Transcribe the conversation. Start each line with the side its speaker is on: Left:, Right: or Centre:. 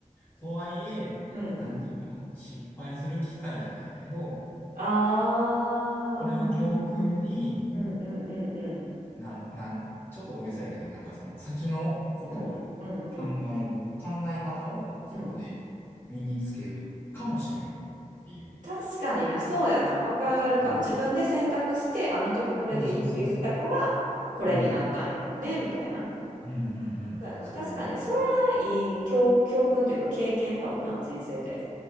Left: とはいえ、
Right: <laughs> うん。
Left: なんていうかな、失敗する機会じゃないけど、
Right: ああ、
Left: これを教訓に、
Right: うんうんうん。うんうんうんうん。
Left: なん、なん、ちょっと大げさやけど、なんかその先のことを考える、
Right: うんうんうん
Left: 考え方をそこで身につけるかもしれんっていう。
Right: うん。確かにな、そうやな。わかるかも。
Left: うん
Right: 自分で選択して、あの時これでいいって言ったから、
Left: そうそうそうそう。うん。
Right: これになったんやよね、
Left: うん。
Right: みたいな。
Left: うんうんうん。
Right: そうやな。
Left: そういう意味。
Right: 確かに、それはいい教、教訓というか経験かもな、人生で。